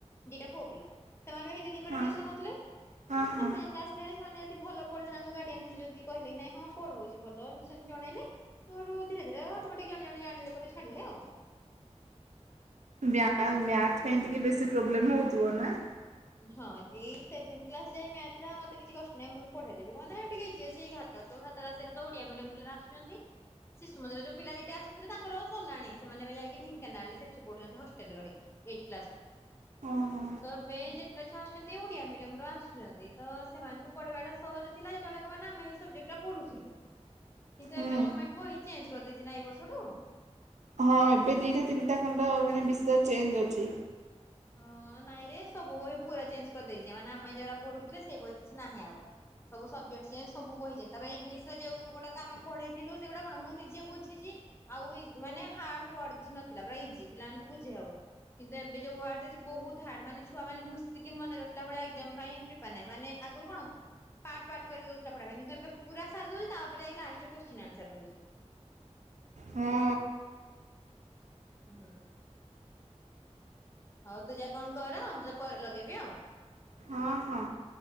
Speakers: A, on the left (about 20°); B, on the right (about 80°).
A: ଦିଟା ପୁଅ ପିଲା। ସେମାନେ ଙ୍କଠି
B: ହଁ
A: ଟିଉସନ ହଉଥିଲେ
B: ହଁ
A: ତ ସେ
B: ହଁ
A: ମେନ ଗାସ୍ ରେ ସେମାନେ ଯଦି ଭଲ ପଢିଲେ ତାଙ୍କ ଗାଡିଆନ ଯଦି କହିଲେ କି ନାଇଁ ହଁ ପଢଉଛି ଭଲ ଏମତି ସେମତି ଜଣେଇଲେ। ତୁ ହେଠୁ ଧୀରେ ଧୀରେ ଅଟୋମେଟିକ ଜଣେ ଜଣେ ଜାଣିଲେ ପରେ ଛାଡିଲେ ଆଉ।
B: ବ୍ୟାଲ ମ୍ୟାଚ୍। କାଇହିଁ ଟିକେ ବେଶୀ ପ୍ରୋବ୍ଲେମ ହଉଥିବ ନା।
A: ହଁ ଏଇ ସେଭେନ୍ କ୍ଲାସ ଯାଏଁ ମ୍ୟାଥ ରା ମତେ କିଛି କଷ୍ଟ ନାହିଁ। ମୁଁ ପେଢେଇ ଦେବି କଣନା ଟିକେ ଇଯି ଅଛି। ସେଇରା ତ ଓଡିଆ ମିଡିୟମ ପିଲା ରାକ ଆସୁଛନ୍ତି। ଶିଶୁ ମନ୍ଦିର ଯୋଉ ପିଲା ଦିିଟା ଆସୁଥିଲେ ତାଙ୍କର ସଲାଣି। ସେମାନେ ଏବେ ଯାଇକି ଢେଙ୍କାନାଳରେ ସେଠି ପଢୁଛନ୍ତି ହଷ୍ଟେଲରେ ରହିକି। ଏଇ୍ସ
B: ଓହୋ
A: ତ ଏବେ ଯେତେଟା ଛୁଆ ଆସୁଛନ୍ତି ଓଡିଆ ମିଡିୟମ ର ଆସୁଛନ୍ତି। ତ ସେମାନଙ୍କୁ ପଢେଇବାଟା ସହଜ ଥିଲା। ଯେତେବେଳେ ମାନେ ଆମେ ସେଇ ସବଜେକ୍ଟା ପଢୁଥିଲୁ। କିନ୍ତୁ
B: ହୁଁ
A: ଏବେ ଗମେଣ୍ଟ ବହି ଚେଞ୍ଜ କରିଦେଇଛି ନା ଏଇ ବର୍ଷଠୁ।
B: ହଁ ଏବେ ଦିଇଟା ତିନିଟା ଖଣ୍ଡ ମାନେ ବିଷୟ ଚେଞ୍ଜ ଅଛି।
A: ହଁ ନାଇଁ ରେ ସବୁ ବହି ପୁରା ଚେଞ୍ଜ କରିଦେଇଛି। ମାନେ ଆମେ ଯଉଁଡା ପଢୁଥିଲେ ସେଇ ବହି କିଛି ନାହିଁ ଆଉ। ସବୁ ସବଜେକ୍ଟ ଚେଞ୍ଜ ସବୁ ବହି ତାପରେ ଇଂଲିଶର ଯୋଉ ଗୁଡାକ ଆମେ ପଢେଇଥିଲୁ ସେଗୁଡା କଣ ମୁଁ ନିଜେ ବୁଝିଛି। ଆଉ ମାନେ ହାର୍ଡ ୱାର୍ଡ କିଛି ନଥିଲା ପୁରା ଇଜି ପିଲାମାନଙ୍କୁ ବୁଝେଇ ହବ। କିନ୍ତୁ ଏବେ ଯେଉ ୱାର୍ଡ ଦେଇଚି ବହୁତ ହାର୍ଡ ମାନେ ଛୁଆମାନେ ଘୁଷିକି ମନେ ରଖିଲା ଭଳିଆ ଏଜାମ ପାଇଁ ପ୍ରିପୋର ନାହିଁ। ମାନେ ଆଗରୁ କଣ ପାର୍ଟ ପାର୍ଟ କରିକି ଦଉଥିଲା ପଢିବା ପାଇଁ। କିନ୍ତୁ ଏ ପୁରା ସାରି ଦଉଛି ତାପରେ ଯାଇଁକି ଲାଷ୍ଟେ ରେ କୋଶଚିନି ଆନସାର ଦଉଚି।
B: ହଁ
A: ହୁଁ। ହଉ ତୁ ଯା କଣ କର ମୁଁ ତତେ ପରେ ଲଗେଇବି ଆଉ।
B: ହଁ ହଁ।